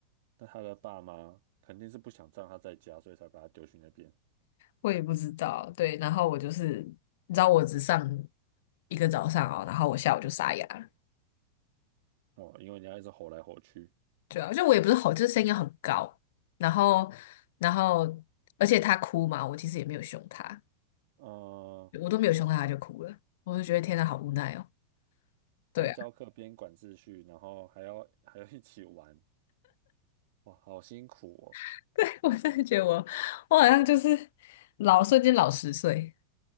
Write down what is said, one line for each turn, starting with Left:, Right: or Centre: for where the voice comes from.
Right: 那他的爸妈肯定是不想让他在家，所以才把他丢去那边
Left: 我也不知道对，然后我就是你知道我只上一个早上哦，然后我下午就牙了。
Right: 哦。因为你要一直吼来吼去，
Left: 对啊，就我也不是吼，就是声音很高，然后，然后，而且他哭嘛，我其实也没有凶他，
Right: 嗯，
Left: 我都没有凶他，他就哭了，我就觉得天哪，好无奈哦。对啊，
Right: 边教课边管秩序，然后还要还要一起玩，哇，好辛苦哦。
Left: <laughs> 对，我真的觉得我，我好像就是老瞬间老十岁。